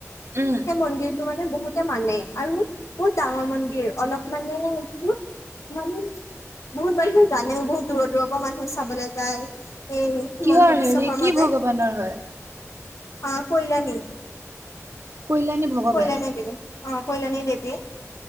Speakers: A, on the right; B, on the left.
A: উম।
B: সেই মনগিৰ ত মানে বহুতে মানে আৰু বহুত ডাঙৰ মন্দিৰ অলপ মানে বহুত মানহ বহুত মানুহে জানেও বহুত দূৰৰ দূৰৰ পৰা মানুহ চাবলৈ যায় এই হিমন্ত
A: কিহৰ
B: বিশ্ব
A: হেৰি
B: শ
A: কি
B: মাজ যে
A: ভগৱানৰ হয়?
B: অ কলাণী
A: কল্যাণী ভগৱান।
B: কইল নে দেিবি অ কইল নে দেিব